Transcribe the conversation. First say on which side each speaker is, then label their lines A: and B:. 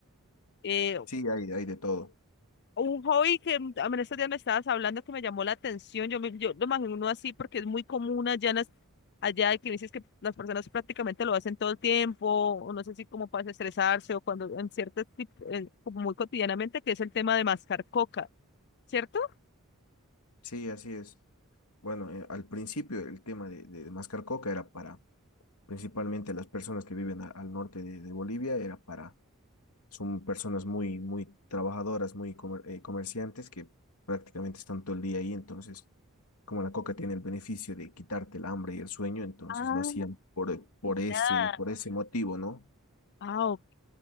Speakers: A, on the left; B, on the left.
A: Eh,
B: sí, hay, hay de todo.
A: Un hobby que mm, en estos días me estabas hablando que me llamó la atención, yo, me- yo lo imagino así porque es muy común allá, en las- allá y que dices que las personas prácticamente lo hacen todo el tiempo, o no sé si como para estresarse o cuando en ciertos, como muy cotidianamente, que es el tema de mascar coca, ¿cierto?
B: Sí, así es. Bueno, eh, al principio el tema de, de, de mascar coca era para, principalmente las personas que viven a- al norte de, de Bolivia, era para Son personas muy, muy trabajadoras, muy comer- eh, comerciantes que prácticamente están todo el día ahí. Entonces, como la coca tiene el beneficio de quitarte el hambre y el sueño, entonces
A: Ah,
B: lo hacían por, por ese,
A: ya.
B: por ese motivo, ¿no?
A: Ah, ok,